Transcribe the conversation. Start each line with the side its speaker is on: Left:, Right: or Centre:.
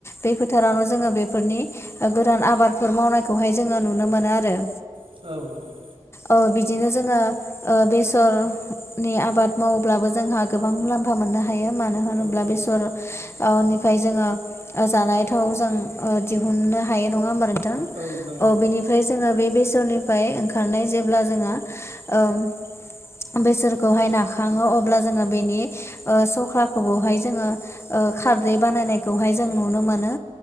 Left: बे फोथारावनो जोङो बेफोरनि गोदान आबादफोर मावनायखौहाय जोङो नुनो मोनो आरो
Right: औ नोंथां
Left: औ बिदिनो जोङो बेसरनि आबाद मावोब्लाबो जोंहा गोबां मुलाम फा मोननो हायो मानो होनोब्ला
Right: औ औ
Left: बेसर निफ्राय जोङो जानाय थाव जों दिहुननो हायो नङा होमबा
Right: औ नोंथां
Left: औ बिनिफाय जोङो बे बेसरनिफाय ओं खारनाय जेब्ला जोङो ओं बैसोरखौहाय नाखाङो अब्ला जोङो बेनि ओ सख्लाखौबोहाय जोङो ओ खारदै बानायनायखौहाय जों नुनो मोनो